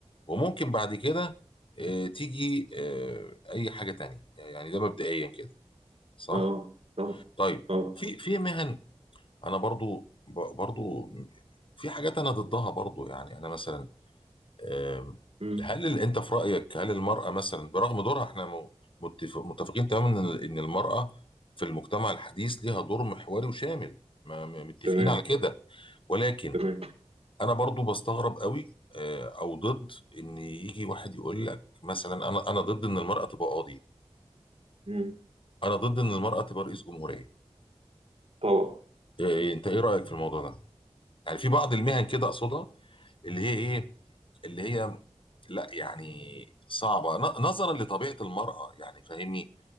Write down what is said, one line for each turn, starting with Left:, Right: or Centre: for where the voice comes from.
Left: وممكن بعد كده آه، تيجي آه، اي حاجة تانية يعني ده مبدئيا كده صح
Right: اه طبعا
Left: طيب
Right: طبعا
Left: في في مهن انا برضو ب- برضو في حاجات انا ضدها برضو يعني انا مثلا آم،
Right: مم.
Left: هل ال- انت في رايك هل المراه مثلا برغم دورها احنا م- متف- متفقين تماما ان ال- إن المراه في المجتمع الحديث ليها دور محوري وشامل ما- ما- متفقين
Right: تمام
Left: على كده ولكن
Right: تمام
Left: انا برضو بستغرب قوي آه، او ضد ان يجي واحد يقول لك مثلا انا انا ضد ان المراه تبقى قاضي
Right: مم.
Left: انا ضد ان المراه تبقى رئيس جمهوريه
Right: طبعا
Left: آه، انت ايه رايك في الموضوع ده يعني في بعض المهن كده اقصدها اللي هي ايه اللي هي لا يعني صعبة ن- نظرا لطبيعة المرأة يعني فاهمني